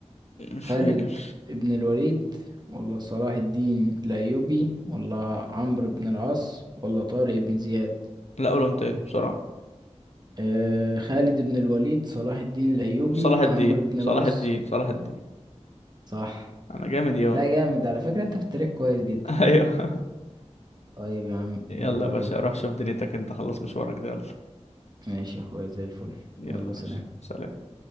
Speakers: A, on the left; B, on the right.
A: مش
B: خالد
A: فاكر
B: بن الوليد ولا صلاح الدين الأيوبي ولا عمرو بن العاص ولا طارق بن زياد
A: لا قولهم تاني بسرعة
B: أه خالد بن الوليد صلاح الدين الأيوبي
A: صلاح الدين
B: عمرو بن
A: صلاح
B: العاص
A: الدين صلاح الدين
B: صح
A: انا جامد يا
B: لا جامد على فكرة انت في التاريخ كويس جدا
A: <laughs> ايوه
B: طيب يا عم
A: يلا
B: حلو
A: يا باشا
B: أوي
A: روح شوف دنيتك انت خلص مشوارك ده يلا
B: ماشي يا اخويا زي الفل
A: يلا
B: يلا
A: يا
B: سلام
A: باشا سلام